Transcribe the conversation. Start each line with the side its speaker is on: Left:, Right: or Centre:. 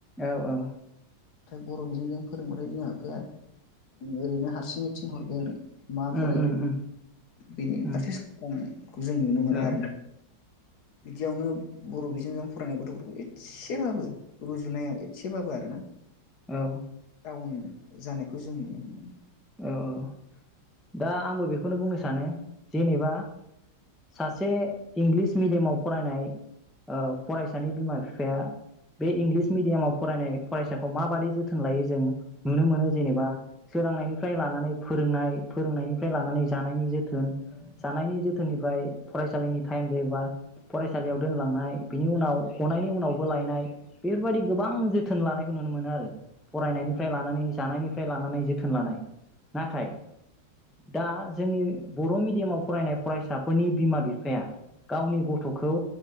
Centre: औ औ
Left: बर' बिजोंजों फोरोंबाथाय जों बिमा बिफाया ओरैनो हारसिङै थिनहरगोन मा
Centre: उम
Left: फरायबो
Centre: उम उम
Left: बेनि
Centre: उम
Left: फारसे सांग्रांखौ जों नुनो मोना
Centre: औ
Left: आरोना बिदियावनो बर' बिजोंजों फरायनाय गथ'फोरखौ इद बाबो रुजुनायाव एसेबाबो आरोना
Centre: औ
Left: उन जानायखौ जों नुनो मोनो
Centre: औ औ दा आंबो बेखौनो बुंनो सानो जेनेबा सासे इंलिस मिडियामाव फरायनाय फरायसानि बिमा बिफाया बे इंलिस मिडियामाव फरायनाय फरायसाखौ माबादि जोथोन लायो जों नुनो मोनो जेनेबा सोरांनायनि फ्राय लानानै फोरोंनाय फोरोंनायनिफ्राय लानानै जानायनि जोथोन जानायनि जोथोननिफ्राय फरायसालिनि टाइम जायोबा फरायसालियाव दोनलांनाय बिनि उनाव गनायनि उनावबो लायनाय बेफोरबायदि गोबां जोथोन लानायखौ नुनो मोनो आरो फरायनायनिफ्राय लानानै जानायनिफ्राय लानानै जोथोन लानाय। नाथाय दा जोंनि बर' मिडियामाव फरायनाय फरायसाफोरनि बिमा बिफाया गावनि गथ'खौ